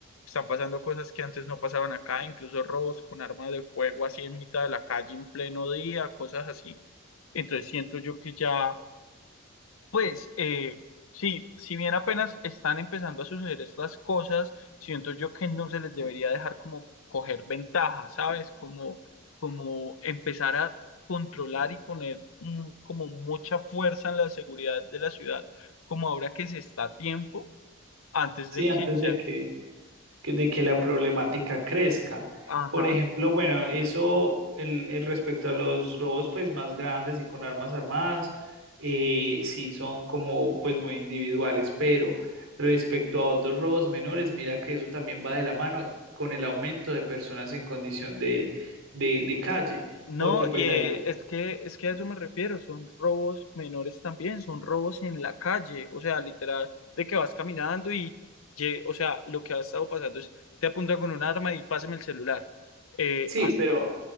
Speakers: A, on the left; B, on the right.
A: Están pasando cosas que antes no pasaban acá, incluso robos con armas de fuego así en mitad de la calle en pleno día, cosas así. Entonces siento yo que ya pues eh, sí, si bien apenas están empezando a suceder estas cosas, siento yo que no se les debería dejar como coger ventaja, ¿sabes? Como, como empezar a controlar y poner mm, como mucha fuerza en la seguridad de la ciudad, como ahora que se está a tiempo, antes
B: Sí,
A: de
B: antes
A: que ya,
B: de que que- de que la problemática crezca.
A: ajá.
B: Por ejemplo, bueno, eso el, el respecto a los robos pues más grandes y con armas armadas, eh, sí son como pues muy individuales, pero respecto a otros robos menores, mira que eso también va de la mano con el aumento de personas en condición de, de, de calle,
A: No,
B: porque pues
A: eh,
B: hay, eh,
A: es que, es que a eso me refiero, son robos menores también, son robos en la calle, o sea, literal, de que vas caminando y, lle- o sea, lo que ha estado pasando es, te apunta con un arma y pásame el celular. Eh,
B: sí,
A: hasta,
B: pero...